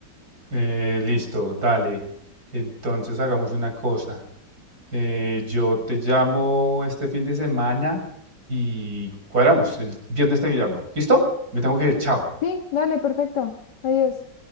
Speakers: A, on the right (about 55°); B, on the left (about 70°).
A: Eh, listo, dale, entonces hagamos una cosa. Eh, yo te llamo este fin de semana y cuadramos. El viernes te llamo. ¿Listo? Me tengo que ir. Chao.
B: Sí, dale, perfecto. Adiós.